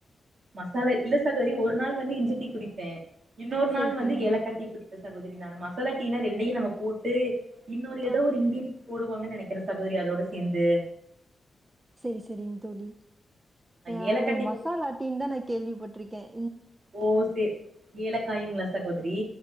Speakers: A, on the right (about 55°); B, on the right (about 20°).
A: மசாலா இல்ல சகோதரி ஒரு நாள் வந்து இஞ்சி டீ குடிப்பேன் இன்னொரு
B: செரி
A: நாள் வந்து
B: செரிங்
A: ஏலக்கா டீ குடிப் இல்ல சகோதரி நானும் மசாலா டீனா ரெண்டயும் நம்ம போட்டு இன்னொரு ஏதோ
B: ஆ
A: ஒரு இந்திய போடுவாங்கன்னு நெனைக்கிறேன் சகோதரி அதோட சேந்து
B: செரி செரிங் தோழி ஆ
A: ஏலக்கா
B: அது
A: டீக்கு
B: மசாலா டீன்னு தான் நான் கேள்விப்பட்ருக்கேன்
A: ஓ சேர் ஏல காய்ங்கலா சகோதரி